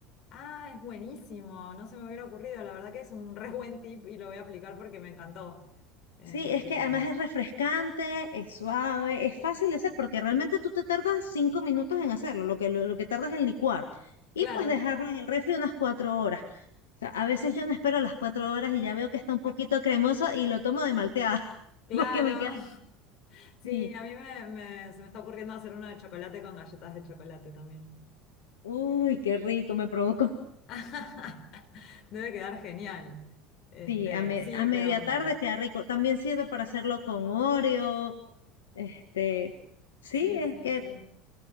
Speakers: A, on the left; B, on the left.
A: Ah, es buenísimo, no se me hubiera ocurrido, la verdad que es un re buen tip y lo voy a aplicar porque me encantó. Este,
B: Sí, es que además es refrescante, es suave, es fácil de hacer porque realmente tú te tardas cinco minutos en hacerlo, lo que, lo, lo que tardas en licuar.
A: claro,
B: Y pues dejarlo en el refri unas cuatro horas. O sea, a veces yo no espero las cuatro horas y ya veo que está un poquito cremoso y lo tomo de malteada <laughs>
A: claro.
B: porque me queda
A: <laughs>
B: bien.
A: Sí,
B: Sí,
A: a mí me, me- se me está ocurriendo hacer uno de chocolate con galletas de chocolate también.
B: uy, qué rico, me provocó.
A: <laughs> Debe quedar genial. Este,
B: Sí, a, me-
A: sí,
B: a media
A: pero mm,
B: tarde queda rico. También sirve para hacerlo con Oreo. Este, sí,
A: sí,
B: es
A: sí,
B: que
A: sí.